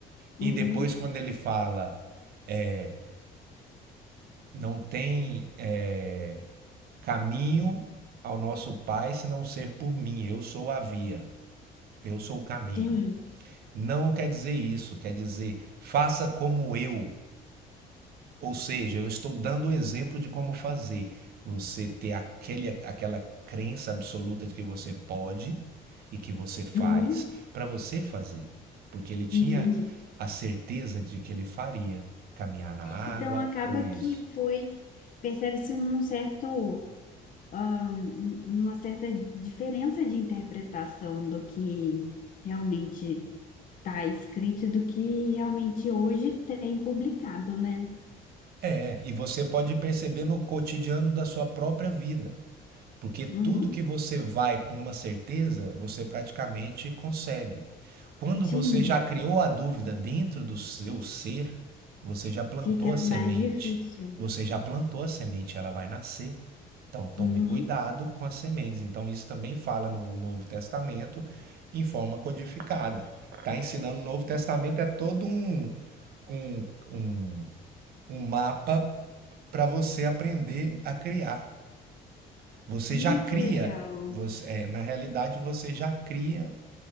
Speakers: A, on the left (about 50°); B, on the right (about 65°).
A: uhum,
B: E depois, quando ele fala, é, não tem é, caminho ao nosso Pai se não ser por mim, eu sou a via, eu sou o caminho.
A: sim,
B: Não quer dizer isso, quer dizer, faça como eu, Ou seja, eu estou dando o exemplo de como fazer. Você ter aquele, aquela crença absoluta de que você pode e que você faz
A: uhum.
B: para você fazer. Porque ele tinha
A: Entendi.
B: a certeza de que ele faria caminhar na água
A: Então acaba
B: ou isso.
A: que foi, percebe-se um certo, ah, um- uma certa diferença de interpretação do que realmente está escrito e do que realmente hoje tem publicado, né?
B: É, e você pode perceber no cotidiano da sua própria vida. Porque tudo
A: Uhum.
B: que você vai com uma certeza, você praticamente consegue. Quando
A: Sim,
B: você já criou a dúvida dentro do seu ser, você já plantou
A: fica
B: a semente.
A: mais difícil.
B: Você já plantou a semente, ela vai nascer. Então tome
A: Uhum.
B: cuidado com as sementes. Então isso também fala no Novo Testamento em forma codificada. Está ensinando o Novo Testamento é todo um, um, um, um mapa para você aprender a criar. Você
A: Muito
B: já cria,
A: legal.
B: você, é, na realidade você já cria